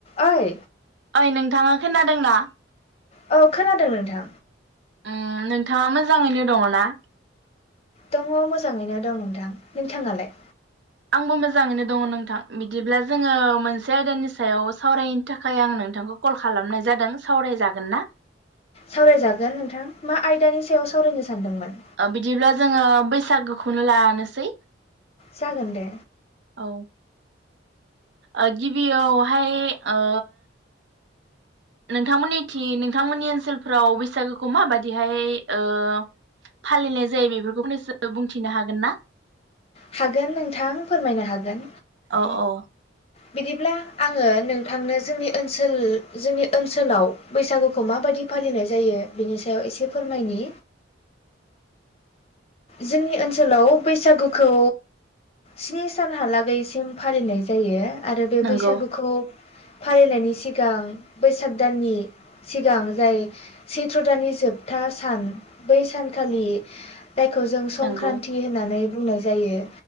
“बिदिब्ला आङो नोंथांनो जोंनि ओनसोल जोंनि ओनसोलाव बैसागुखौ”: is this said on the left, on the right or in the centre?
Left